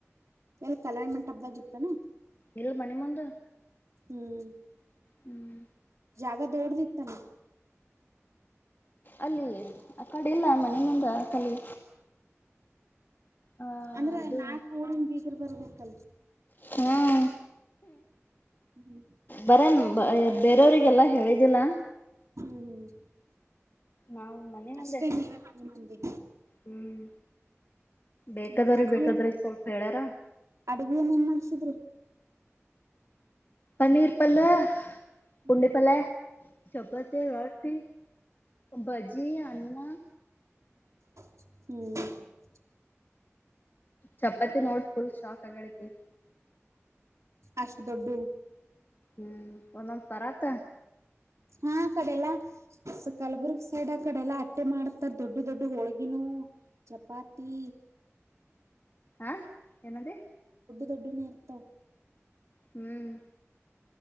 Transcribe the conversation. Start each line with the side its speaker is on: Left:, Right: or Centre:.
Right: ಎಲ್ಲ ಕಲ್ಯಾಣ ಮಂಟ ಹಬ್್ದಾಗ ಇತ್ತಾನ
Left: ಇಲ್ ಮನೆ ಮುಂದ
Right: ಹ್ಮ್
Left: ಹ್ಮ್
Right: ಜಾಗ ದೋಡ್ದಿತ್ತಾನ
Left: ಅಲ್ಲಿ ಆ ಕಡೆ ಇಲ್ಲ ಮನೆ ಮುಂದ ಕಲಿ ಆ
Right: ಅಂದ್ರ
Left: ಇದು
Right: ನಾಕ ಫಿರ್ ಬರ್ಬೇಕ ಕಲ್
Left: ಹ್ಮ್
Right: ಹ್ಮ್
Left: ಬರನ್ ಬೇರೆಯವ್ರರಿಗೆಲ್ಲ ಹೇಳಿದ್ದಿಲ್ಲ
Right: ಹ್ಮ್ ಹ್ಮ್
Left: ನಾವು ಮನೆ ಮುಂದೆ
Right: ಅಷ್ಟೇ ನೀವೇ ಮನೆ ಮಂದಿ
Left: ಹ್ಮ್ ಬೇಕಾದವ್ರಗ್
Right: ಹ್ಮ್ ಅಡ್ಗೆ
Left: ಬೇಕಾದ್ರಗ್ ಸ್ವಲ್ಪ ಹೇಳ್ಯಾರ
Right: ಅಡ್ಗೆ ನ ಏನ್ ಮಾಡ್ಸಿದ್ರು
Left: ಪನ್ನೀರ್ ಪಲ್ಲ
Right: ಹ್ಮ್
Left: ಕುಂಡಿಪಲ್ಲ ಚಪ್ಪತಿ ರಾಟ್ಟಿ ಬಜಿ ಆನು
Right: ಹ್ಮ್
Left: ಚಪಾತಿ ನೋಡ್ ಫುಲ್ ಶಾಖ ಆಗ್ಯಾಳಕ್ಕಿ.
Right: ಅಷ್ಟ ದೊಡ್ಡ
Left: ಹ್ಮ್ ಒಂದೊಂದು ಪರಾತ್ತ.
Right: ಹಾ ಆ ಕಡೆಲ್ಲ ಕಲಬುರ್ಗಿ ಸೈಡ್ ಆ ಕಡೆ ಎಲ್ಲಾ ಅಟ್ಟೆ ಮಾಡ್ತಾರ ದೊಡ್ದು ದೊಡ್ಡು ಹೋಳಿಗಿ. ಗಿಣ್ಣು, ಚಪಾತಿ
Left: ಆ ಏನದೆ.
Right: ದೊಡ್ಡುನ ಇರ್ತಾವ.
Left: ಹ್ಮ್